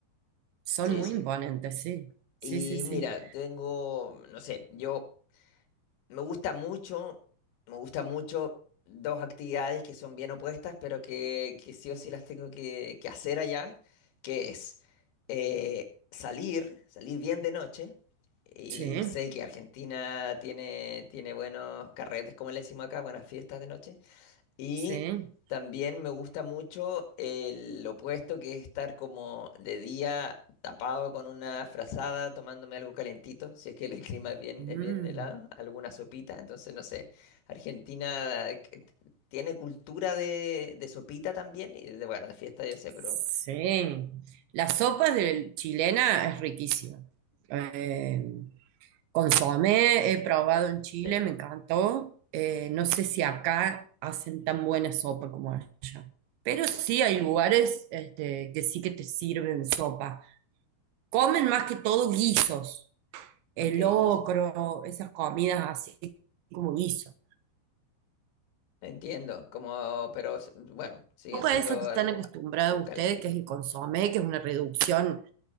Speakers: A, on the right (about 80°); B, on the left (about 75°).
A: son
B: Sí,
A: muy
B: sí.
A: imponentes, sí. Sí,
B: Y
A: sí, sí.
B: mira, tengo, no sé, yo me gusta mucho, me gusta mucho dos actividades que son bien opuestas, pero que, que sí o sí las tengo que, que hacer allá, que es eh, salir, salir bien de noche. Y
A: Sí,
B: sé que Argentina tiene, tiene buenos carretes, como le decimos acá, buenas fiestas de noche. Y
A: sí.
B: también me gusta mucho el opuesto que es estar como de día tapado con una frazada, tomándome algo calentito, si es que el <laughs> clima es bien,
A: Mm.
B: es bien helado, alguna sopita. Entonces, no sé, Argentina eh, que t- tiene cultura de, de sopita también, y de, bueno, de fiesta yo sé,
A: Sí,
B: pero
A: la sopa de chilena es riquísima. Eh, consomé, he probado en Chile,
B: sí,
A: me encantó. Eh, no sé si acá hacen tan buena sopa como allá, pero sí hay lugares este, que sí que te sirven sopa. Comen más que todo guisos, el
B: ok,
A: locro,
B: guiso.
A: esas comidas así como guisos.
B: Entiendo, como, pero s- bueno, siguen
A: sopa
B: siendo
A: esa que están
B: algo,
A: acostumbrados
B: algo calentito.
A: ustedes, que es el consomé, que es una reducción